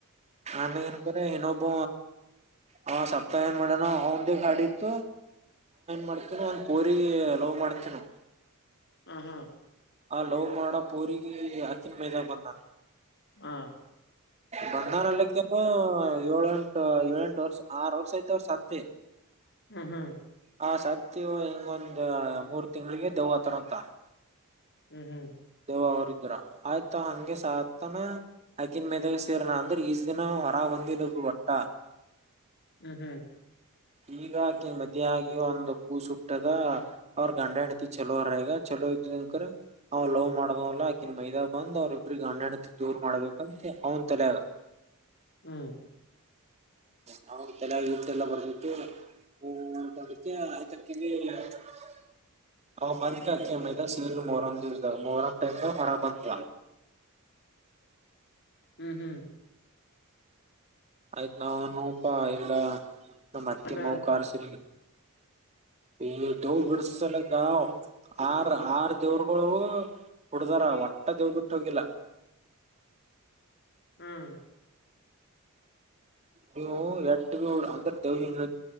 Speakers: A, on the right; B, on the left.
A: ಆಮೇ ಏನ್ಕರ ಇನ್ನೊಬ್ಬ ಹಾ ಸಪ್ತ ಏನ್ ಮಾಡಡಣ ಅವಂದಿಗೆ ಗಾಡಿ ಇತ್ತು ಮಾಡ್ತನೋ ಅಂಗ್ ಕೋರಿ ಲವ್ ಮಾಡ್ತನೋ
B: ಹಾ ಹಾ
A: ಆ ಲವ್ ಮಾಡ ಪೂರಿಗೆ ಅಕ್ಕಿನ ಮೈದಾಗ ಬಂದಾನ
B: ಹಾ
A: ಬಂದಾನಲ್ಲಕ್ಕನು ಏಳ ಎಂಟು ಏಳ ಎಂಟು ವರ್ಷ ಆರು ವರ್ಷ ಐ್ತ ಅವ್ರ ಸತ್
B: ಹ ಹಾ
A: ಹ ಸತಿವ ಹಿಂಗೊಂದ ಮೂರ್ ತಿಂಗ್ಳಿಗೆ ದೌ್ತ್ರರ ಅಂತ
B: ಹ್ಮ್ ಹ್ಮ್
A: ದೇವ ಅವರ ಇದ್ರ ಆಯ್ತು ಹಂಗೆ ಸಾತನ ಹಗಿನ ಮದಾಗ ಸೇರನಾ ಅಂದ್ರೆ ಈಜ ದಿನ ಹೊರ ಹೊಂದಿದ ಒಟ್ಟ
B: ಹ್ಮ್ ಹ್ಮ್
A: ಈಗಾಗಿ ಮದ ಆಗಿ ಒಂದು ಕೂಸುಟ್ಟದ ಅವ್ರಗ ಗಂಡ ಹೆಂಡತಿ ಚಲೋರ ಈಗ <unintelligible> ಮಾಡವಲ್ಲಾ ಆಕಿನ್ ಮೈದಾ ಬಂದ್ ಅವ್ರ ಇಬ್ರು ಗಂಡ ಹೆಂಡ್ತಿ ದೂರ್ ಮಾಡ್ಬೇಕಂತ ಅವ್ನ್ ತಲೆಗ
B: ಹ್ಮ್
A: ನಾವು ತಲೆ ಇಟ್ಟೆಲ್ಲ ಬರ್ದಿತ್ತು <unintelligible> <unintelligible> ಮೊಹರಂ ದಿವಸದ ಮೊಹರಂ <unintelligible>
B: ಹ್ಮ್ ಹ್ಮ್
A: ಆಯ್ತ್ ನಾವ್ <unintelligible> ಇಲ್ಲ ನಮ್ಮ್ ಅತ್ತಿ
B: ಅಲ್ಲ
A: ಮಾವ ಕಾರ್ಸ್ರಿ
B: <inaudible>
A: ಈ ದೇವ ಬಿಡಸಲಕ್ಕ ಆರ್ ಆರ್ ದೇವ್ರಗಳು <unintelligible> ಒಟ್ಟ ದೆವ್ವ ಬಿಟ್ಟ ಹೋಗಿಲ್ಲ
B: ಹ್ಮ್
A: ನೀವು ಎಟ್ಟ ನಡು ಅಂದ್ರ ದೇವ್ ಹಿಂಗ